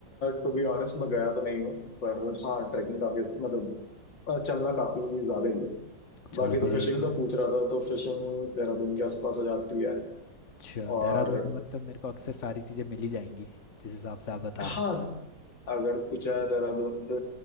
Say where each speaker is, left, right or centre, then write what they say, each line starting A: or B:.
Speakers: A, on the left (about 80°); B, on the left (about 40°).
A: टू बी ऑनेस्ट मैं गया तो नहीं हूँ पर हाँ ट्रैकिंग काफी मतलब अ, चलना काफी ज्यादा ही है
B: चलो
A: बाकी
B: फिर
A: तो फिशिंग
B: ये भी
A: का पूछ रहा था तो फिशिंग देहरादून के आसपास हो जाती है
B: अच्छा
A: और
B: देहरादून में मतलब मेरे को अक्सर सारी चीज़ें मिली जाएंगी जिस हिसाब से आप बता
A: हाँ
B: रहे
A: अगर पूछा है देहरादून पे